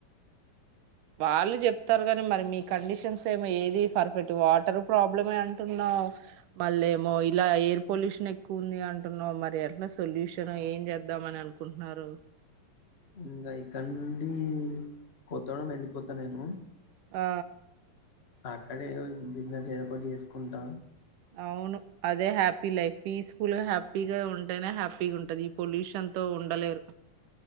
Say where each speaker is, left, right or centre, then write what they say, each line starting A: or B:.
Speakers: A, on the right (about 75°); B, on the left (about 35°).
A: వాళ్ళు చెప్తారు కానీ మరి మీ కండిషన్స్ ఏమో ఏది పర్ఫెక్ట్ వాటర్ ప్రాబ్లం అంటున్నావు మళ్ళ ఏమో ఇలా ఎయిర్ పొల్యూషన్ ఎక్కువ ఉంది అంటున్నావు మరి ఎట్లా సొల్యూషన్ ఏం చేద్దామని అనుకుంటున్నారు
B: ఇంక ఇక్కడ నుండి కొత్తోడం వెళ్ళిపోతా నేను
A: ఆ
B: అక్కడే ఏదో బిజినెస్ ఏదో ఒకటి చేసుకుంట
A: అవును అదే హ్యాపీ లైఫ్ పీస్ఫుల్ గా హ్యాపీగా ఉంటేనే హ్యాప్ ఉంటది ఈ పొల్యూషన్ తో ఉండలేరు